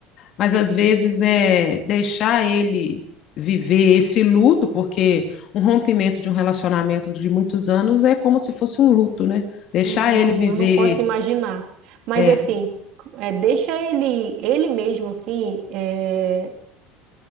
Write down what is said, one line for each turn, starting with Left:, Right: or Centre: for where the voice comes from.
Left: mas às vezes é deixar ele viver esse luto, porque um rompimento de um relacionamento de muitos anos é como se fosse um luto, né? Deixar
Right: Né, Eu
Left: ele
Right: não,
Left: viver,
Right: eu não posso imaginar. Mas
Left: é,
Right: assim, é, deixa ele ele mesmo assim, é,